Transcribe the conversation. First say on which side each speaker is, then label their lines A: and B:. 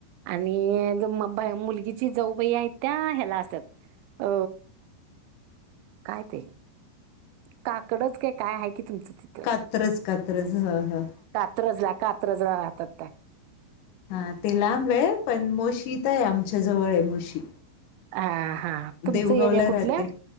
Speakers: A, on the right; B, on the left.
A: आणि म मुलगीची जाऊबाई आहेत त्या ह्याला असतात. अ. काय ते. काकडच काय काय आहे की तुमचं तिथ.
B: कात्रच कात्रच हा हा.
A: ्रजला कात रजला राहात का.
B: हा ते लांब आहे पण मोशी तर आहे आमच्या जवळ आहे मोशी.
A: हा हा. तुमचं
B: देऊगावला
A: एरिया कुठलं?
B: राहते